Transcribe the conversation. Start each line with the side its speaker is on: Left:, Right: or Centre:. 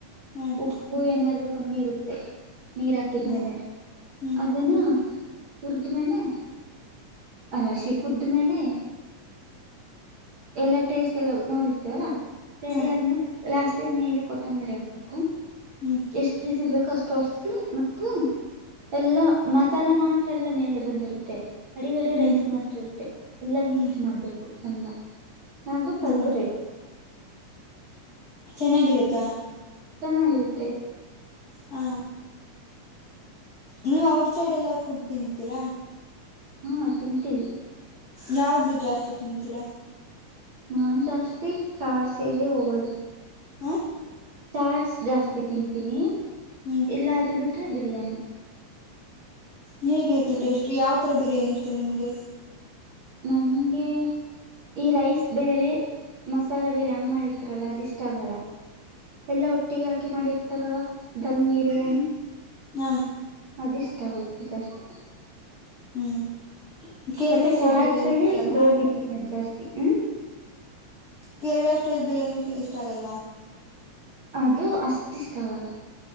Left: ಹ್ಮ್
Right: ಉಪ್ಪು ಏನಾದ್ರು ಕಮ್ಮಿ ಇರುತ್ತೆ ನೀರ್ ಹಾಕಿದ್ಮೇಲೆ.
Left: ಹ್ಮ್ ಹ್ಮ್
Right: ಅದನ ಹುರ್ದ ಮೇಲೆ, ಅಲ್ಲ ಸಿಕ್ಕುದ ಮೇಲೆ, ಎಲ್ಲ ಟೇಸ್ಟ್ ಎಲ್ಲ ನೋಡಿರ್ತೇವಲ್ಲಾ? ಸರಿ
Left: ಹಾ
Right: ಆದ್ಮೇಲೆ ಲಾಸ್ಟ್ ಗೇ ಮೇಲೆ ಕೊತ್ತಂಬರಿ ಹಾಕ್ಬೇಕು.
Left: ಹ್ಮ್
Right: ಎಷ್ಟ ವಿಸಿಲ್ ಬೇಕ ಅಷ್ಟ ಹೊಡ್ಸಿ ಮತ್ತೆ? ಎಲ್ಲಾ ಮಸಾಲ ಮಾತ್ರ ಎಲ್ಲಾ ಮೇಲೆ ಬಂದಿರುತ್ತೆ ಅಡಿಗಡೆ
Left: ಹ್ಮ್
Right: ರೈಸ್ ಮಾತ್ರ ಇರುತ್ತೆ ಎಲ್ಲ ಮಿಕ್ಸ್
Left: ಹ್ಮ್
Right: ಮಾಡಬೇಕು ಚಂದ ಹಾಗೂ ಪಲಾವ್
Left: ಹ್ಮ್
Right: ರೆಡ
Left: ಚೆನ್ನಾಗಿರುತ್ತಾ?
Right: ಚೆನ್ನಾಗಿರುತ್ತೆ.
Left: ಹಾ ನೀವ್ ಔಟ್ ಸೈಡ್ ಎಲ್ಲಾ ಫಡ್ ತಿಂತೀರಾ?
Right: ಹು ತಿಂತೀವಿ.
Left: ಯಾವದು ಜಾಸ್ತಿ ತಿಂತೀರಾ?
Right: ನಾನ್ ಜಾಸ್ತಿ ಚಾರ್ಸೆಗೆ ಹೋಗೋದು.
Left: ಹ
Right: ಚಾಟ್ಸ್ ಜಾಸ್ತಿ ತಿಂತೀನಿ.
Left: ಹ್ಮ್
Right: ಇಲ್ಲಾ ಅದ ಬಿಟ್ರೆ ಬಿರಿಯಾನಿ.
Left: ಹೇಗಿರ್ತ
Right: ಹ್ಮ್
Left: ಟೇಸ್ಟ್ ಯಾವ್ ತರ ಬಿರಿಯಾನಿ ಇಷ್ಟೇ ನಿಮ್ಗೆ.
Right: ನಂಗೆ? ಈ ರೈಸ್ ಬೇರೆ ಮಸಾಲೆ ಬೇರೆ ಹಂಗ್ ಮಾಡಿರ್ತಾರಲ್ಲ ಅದಿಷ್ಟ ಆಗಲ್ಲ? ಎಲ್ಲಾ ಒಟ್ಟಿಗೆ ಹಾಕಿ ಮಾಡಿರ್ತಾರಲ್ಲ ದಮ್ ಬಿರಿಯಾನಿ.
Left: ಹಾ
Right: ಅದ ಇಷ್ಟ ಆಗುತ್ತೆ ಜಾಸ್ತಿ.
Left: ಹ್ಮ್ ಕೇರಳ
Right: ಮತ್ತೆ
Left: ಸ್ಟೈಲ್
Right: ಚಾಟ್ಸ್
Left: ಬಿರಿಯಾನಿ
Right: ಅಲ್ಲಿ
Left: ಇಷ್ಟ ಆಗಲ್ವಾ
Right: ಗೋಬಿ ತಿನ್ನೋದ ಜಾಸ್ತಿ ಹು
Left: ಕೇರಳ ಸ್ಟೈಲ್ ಬಿರಿಯಾನಿ ಇಷ್ಟ ಆಗಲ್ವಾ?
Right: ಅದು ಅಷ್ಟ ಇಷ್ಟ ಆಗಲ್ಲ?